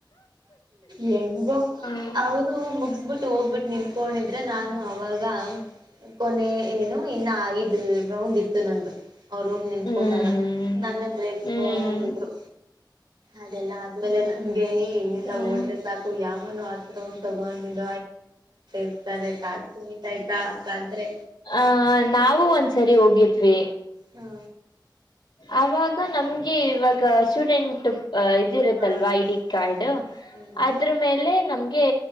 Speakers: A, on the right; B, on the left.
A: ಹೆಂಗೋ
B: ಹ
A: ಅವರು ಮುಗಸ್ಬಿಟ್ಟು ಹೋಗ್ಬಿಟ್ಟು ನಿಮಕೋೊಂಡ ಆದ್ರೆ ನಾನು ಅವಾಗ ಕೊನೆ ಏನು ಇನ್ನ ಐದು ರೌಂಡ್ ಇತ್ತು ನಂದುು ಅವ್ರೋಗಿ ನಿಂತ್ಕೊಂಡಾಗ
B: ಹ್ಮ್
A: ನನ್ನಂದ ರೇಂದಿದ್ರು
B: ಹ್ಮ್
A: ಅದೆಲ್ಲ ಆದ್ಮೇಲೆ ನಮಗೆ
B: ಹ್ಮ್.
A: ಓಡ್ರೆ ಸಾಕು ಯಾವನು ಹತ್ರ ಉ ತಗೊಂಡಿದ್ದ ರ್ತದೆ ಕ ಕುುಮಿತ ಆಯ್ತಾ ಅಂತ ಅಂದ್ರೆ
B: ಆಹ ನಾವು ಒಂದ್ಸರಿ ಹೋಗಿದ್ವಿ
A: ಹಾ
B: ಆಾಗ ನಮ್ಗೆ ಇವಾಗ ಸ್ಟೂಡೆಂಟ್. ಇದಿರುತ್ತಲ್ವಾ
A: ಹಾಂ ಹಾಂ
B: ಐ ಡಿ ಕಾರ್ಡ್
A: ಹೌದು ಹ್ಞೂ
B: ಅದ್ರ ಮೇಲೆ ನಮ್ಗೆ.